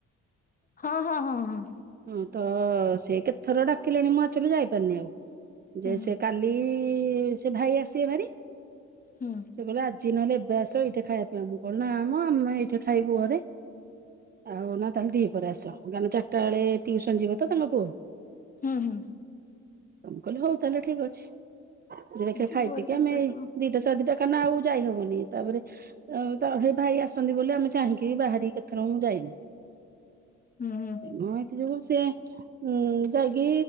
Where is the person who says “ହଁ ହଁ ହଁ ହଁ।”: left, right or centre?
Left